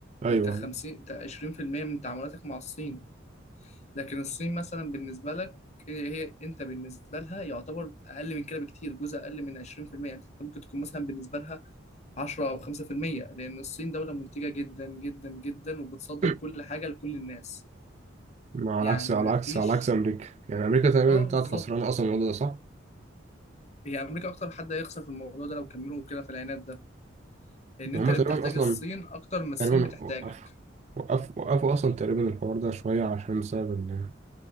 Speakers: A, on the right; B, on the left.
A: ايوه
B: انت 50 تا- 20% من تعاملاتك مع الصين لكن الصين مثلا بالنسبه لك هي انت بالنسبه لها يعتبر اقل من كده بكتير جزء اقل من 20% انت ممكن تكون مثلا بالنسبه لها 10 او 5% لان الصين دوله منتجه جدا جدا جدا وبتصدر
A: <clears throat>
B: كل حاجه لكل الناس
A: ما على
B: يعني
A: عكس على
B: ما
A: عكس
B: فيش
A: على عكس أمريكا يعني أمريكا تقريبا
B: اه بالظبط
A: طلعت خسرانة أصلا الموضوع ده صح؟
B: هي امريكا اكتر حد هيخسر في الموضوع ده لو كملوا كده في العناد ده ان
A: يعني
B: انت
A: هما
B: اللي
A: تقريبا
B: بتحتاج
A: أصلا
B: الصين اكتر ما الصين
A: تقريبا
B: بتحتاجك
A: وقفوا وقفوا وقفوا أصلا تقريبا الحوار ده شوية عشان بسبب ال-